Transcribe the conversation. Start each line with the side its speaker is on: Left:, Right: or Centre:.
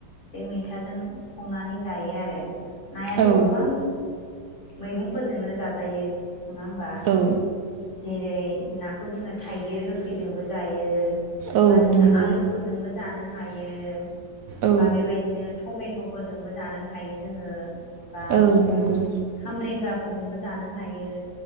Left: बे मैथाजों संनानै जायो आर रो नायाथ'
Right: औ
Left: गोबां मैगंफोरजोंनो जाजायो। नङा होमबा
Right: औ
Left: जेरै ना खौ जोङो थाइगिर गोखैजोंबो जायो।
Right: औ
Left: बा जोङो
Right: नंगौ
Left: आलुफोरजोंबो जानो हायो।
Right: औ
Left: माबेबायदिनो टमेटफोरजोंबो जानो हायो जोङो बा
Right: औ नंगौ
Left: खामब्रेंगा फोरजोंबो जानो हायो